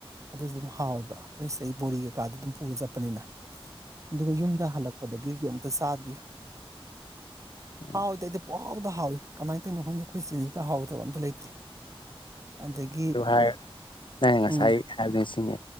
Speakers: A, on the right (about 30°); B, on the left (about 55°).
A: ꯑꯗꯨꯁꯨ ꯑꯗꯨꯝ ꯍꯥꯎꯋꯦꯕ ꯑꯩꯈꯣꯏ ꯁꯤꯗꯩ ꯕꯣꯔꯤ ꯀꯩꯀꯥꯗꯣ ꯑꯗꯨꯝ ꯄꯨꯔ ꯆꯠꯄꯅꯤꯅ ꯑꯗꯨꯒ ꯌꯨꯝꯗ ꯍꯜꯂꯛꯄꯗꯒꯤꯗꯤ ꯑꯃꯨꯛꯇ ꯆꯥꯗ꯭ꯔꯤ
B: ꯎꯝ
A: ꯍꯥꯎꯗꯤ ꯑꯩꯗꯤ ꯄꯨꯍꯥꯎꯗ ꯍꯥꯎꯏ ꯀꯃꯥꯏꯅ ꯇꯧꯏꯅꯣ ꯈꯪꯗꯦ ꯈꯣꯏ ꯆꯤꯟꯁꯤꯗ ꯍꯥꯎꯕ ꯊꯕꯛ ꯑꯝꯇ ꯂꯩꯇꯦ ꯑꯗꯒꯤ
B: ꯚꯥꯏ ꯅꯡꯅ ꯉꯁꯥꯏ
A: ꯎꯝ
B: ꯍꯥꯏꯕꯗꯨ ꯁꯤꯅꯤ